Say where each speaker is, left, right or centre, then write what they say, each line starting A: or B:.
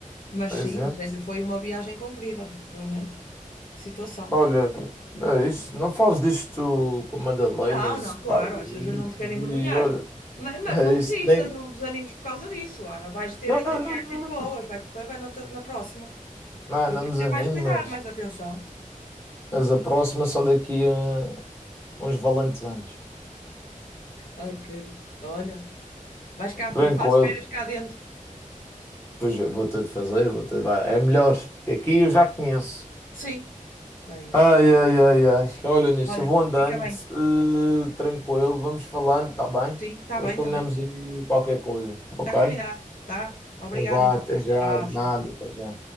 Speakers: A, on the left; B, on the left.
A: Mas
B: exato.
A: sim, mas ainda foi uma viagem comprida, realmente. Que situação.
B: Olha, é isso. Não fales disto com Madalenas,
A: Não, não,
B: pá.
A: claro,
B: E,
A: as pessoas não te querem envergonhar.
B: e olha,
A: Mas, mas
B: é
A: não desistas,
B: isso. Nem...
A: não desanimes por causa disso. Ah, vais ter
B: Não,
A: ainda
B: não,
A: viagens
B: não, não,
A: boas,
B: não.
A: vai-te correr bem noutra- na próxima.
B: Não,
A: Tens
B: não
A: é que
B: desanime,
A: ter mais cuidado,
B: mas,
A: mais atenção.
B: mas a próxima é só daqui a uns valentes anos.
A: Ok, olha, vais cá,
B: Tranquilo.
A: fazes férias cá dentro.
B: Pois eu vou ter de fazer, vou ter de... vai, É melhor, porque aqui eu já conheço.
A: Sim, é isso.
B: Ai, ai, ai, ai. Olha nisso,
A: Olha,
B: eu vou andando,
A: fica bem.
B: eh, tranquilo, vamos falando, tá bem?
A: Sim, está
B: Depois
A: bem,
B: combinamos
A: está bem.
B: aí qualquer coisa, ok?
A: Está combinado, tá? Obrigada
B: Não vá
A: então.
B: até já,
A: Tchau,
B: nada,
A: tchau.
B: até já.